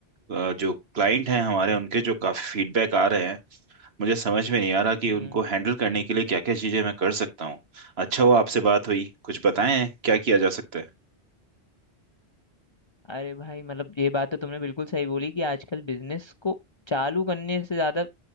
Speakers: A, on the right; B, on the left.
A: अ, जो क्लाइंट हैं हमारे उनके जो काफी फीडबैक आ रहे हैं मुझे समझ में नहीं आ रहा कि उनको
B: हम्म
A: हैंडल करने के लिए क्या क्या चीजें मैं कर सकता हूँ अच्छा हुआ आपसे बात हुई कुछ बताएं क्या किया जा सकता है
B: अरे भाई मतलब ये बात तो तुमने बिल्कुल सही बोली कि आजकल बिजनेस को चालू करने से ज्यादा